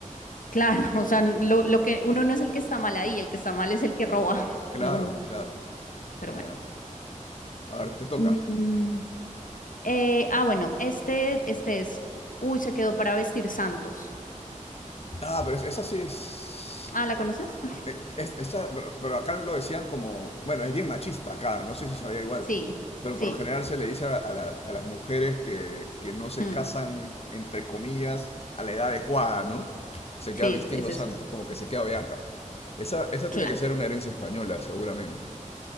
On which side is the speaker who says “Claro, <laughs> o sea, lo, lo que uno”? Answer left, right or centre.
Left